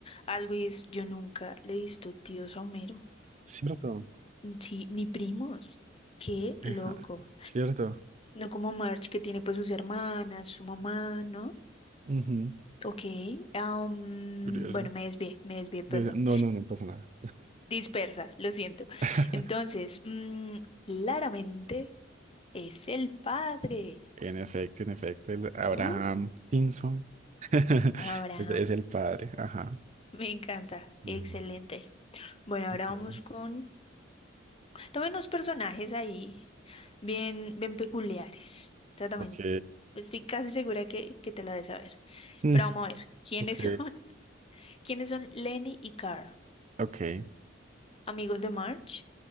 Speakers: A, on the left; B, on the right.
A: algo y es, yo nunca le he visto tíos a Homero.
B: Cierto,
A: Sí, ni primos. Qué
B: Ajá,
A: loco.
B: es cierto.
A: No como Marge que tiene pues sus hermanas, su mamá, ¿no?
B: Ujú,
A: Ok, am,
B: Curioso.
A: bueno, me desvié, me desvié, perdón.
B: De- no, no, no pasa nada.
A: Dispersa, lo siento.
B: <laughs>
A: Entonces, mm, claramente es el padre.
B: En efecto, en efecto, el Abraham
A: Uh,
B: Simpson <laughs>
A: Abraham,
B: es, es el padre, ajá.
A: me encanta,
B: Mm.
A: excelente. Bueno, ahora
B: Ok.
A: vamos con... También unos personajes ahí bien, bien peculiares. O sea, también
B: Ok, ok,
A: estoy casi segura que, que te la debes saber.
B: mm,
A: Pero vamos a ver, ¿quiénes
B: ok,
A: son? <laughs> ¿Quiénes son Lenny y Carl?
B: ok,
A: ¿Amigos de Marge?